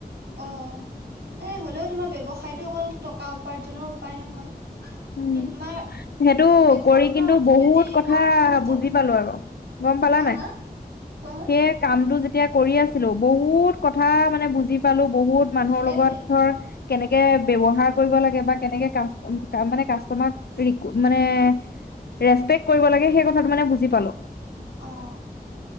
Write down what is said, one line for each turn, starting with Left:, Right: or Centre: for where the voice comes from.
Right: অ'হ মানে হ'লেও তোমাৰ ব্যৱসায়তো অকল টকা উপাৰ্জনৰ উপায় নহয়।
Left: উম,
Right: ই তোমাৰ
Left: সেইটো
Right: দেশৰ
Left: কৰি
Right: তোমাৰ
Left: কিন্তু
Right: অৰ্থনীতি
Left: বহুত কথা
Right: কৰ্ম সংস্থাপন
Left: বুজি পালো আকৌ। গম পালা
Right: হা
Left: নাই?
Right: হা কোৱা শুন
Left: সেই কামটো যেতিয়া কৰি আছিলো, বহুত কথা মানে বুজি পালো বহুত মানুহৰ
Right: সেইটোৱে
Left: লগত ধৰ, কেনেকে ব্যৱহাৰ কৰিব লাগে বা কেনেকে কাষ্টম কা মানে কাষ্টমাক ৰি মানে ৰেচপেক্ট কৰিব লাগে সেই কথাটো মানে বুজি পালো।
Right: অ'।